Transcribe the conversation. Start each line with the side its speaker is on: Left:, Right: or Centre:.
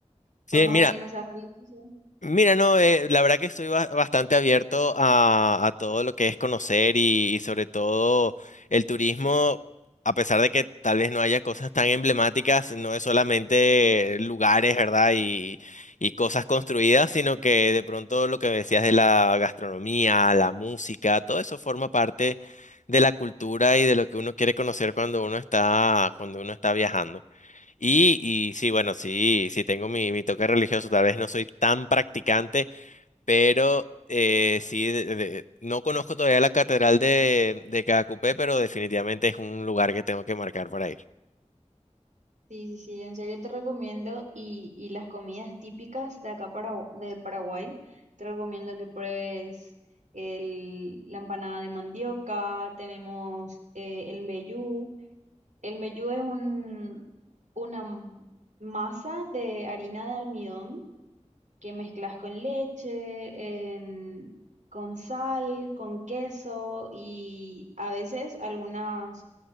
Left: Sí,
Right: por más
Left: mira,
Right: de que no seas religioso.
Left: Mira, no, eh, la verdad que estoy ba- bastante abierto a, a todo lo que es conocer y, y sobre todo el turismo, a pesar de que tal vez no haya cosas tan emblemáticas, no es solamente lugares, ¿verdad? Y, y cosas construidas, sino que de pronto lo que decías de la gastronomía, la música, todo eso forma parte de la cultura y de lo que uno quiere conocer cuando uno está, cuando uno está viajando. Y, y sí, bueno, sí, sí tengo mi, mi toque religioso, tal vez no soy tan practicante, pero eh, sí, de- de- no conozco todavía la catedral de, de Cacupé, pero definitivamente es un lugar que tengo que marcar para ir.
Right: Sí, sí, sí, en serio te recomiendo y, y las comidas típicas de acá para, de Paraguay, te recomiendo que pruebes el, la empanada de mandioca, tenemos eh, el mbejú. El mbejú es un, una m- masa de harina de almidón que mezclas con leche, en- con sal, con queso y a veces algunas